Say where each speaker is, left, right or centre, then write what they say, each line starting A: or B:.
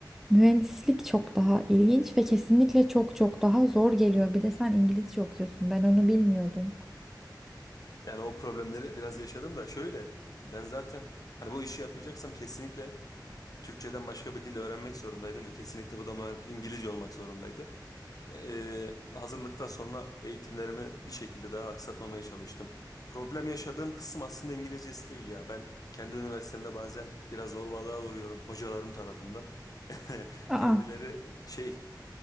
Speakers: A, in the centre; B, on the left (about 50°).
A: mühendislik çok daha ilginç ve kesinlikle çok çok daha zor geliyor. Bir de sen İngilizce okuyorsun. Ben onu bilmiyordum.
B: Yani o problemleri biraz yaşadım da şöyle ben zaten hani bu işi yapacaksam kesinlikle Türkçeden başka bir dil öğrenmek zorundaydım ve kesinlikle bu da ma- İngilizce olmak zorundaydı. Ee, hazırlıktan sonra eğitimlerimi bir şekilde daha aksatmamaya çalıştım. Problem yaşadığım kısım aslında İngilizcesi değil ya. Ben kendi üniversitemde bazen biraz zorbalığa uğruyorum hocalarım tarafından. <laughs>
A: Aa,
B: Kendileri şey